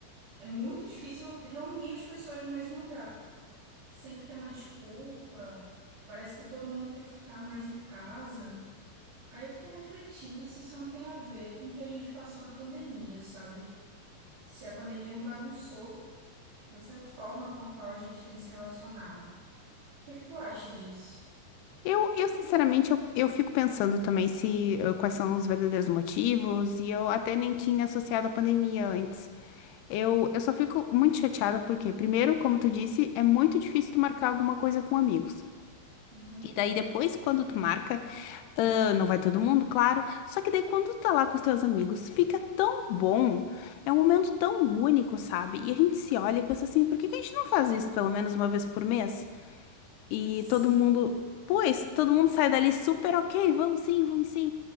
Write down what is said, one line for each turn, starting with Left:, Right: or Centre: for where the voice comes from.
Right: É muito difícil reunir as pessoas no mesmo lugar. Sempre tem uma desculpa, parece que todo mundo quer ficar mais em casa. Aí eu fiquei refletindo se isso não tem a ver com o que a gente passou na pandemia, sabe? Se a pandemia não bagunçou essa forma com a qual a gente tem se relacionado. O que é que tu acha disso?
Left: Eu, eu sinceramente, eu, eu fico pensando também se eh, quais são os verdadeiros motivos, e eu até nem tinha associado a pandemia antes. Eu, eu só fico muito chateada porque, primeiro, como tu disse, é muito difícil tu marcar alguma coisa com amigos.
Right: Uhum.
Left: E daí depois, quando tu marca, ah, não vai todo mundo, claro. Só que daí quando tu tá lá com os teus amigos, fica tão bom. É um momento tão único, sabe? E a gente se olha e pensa assim, por que que a gente não faz isso pelo menos uma vez por mês? E
Right: Se
Left: todo mundo, pois, todo mundo sai dali super ok, vamos sim, vamos sim.